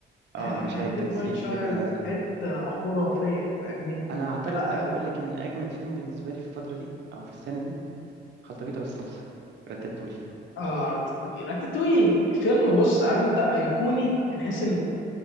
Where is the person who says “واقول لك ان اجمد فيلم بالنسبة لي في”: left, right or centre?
Right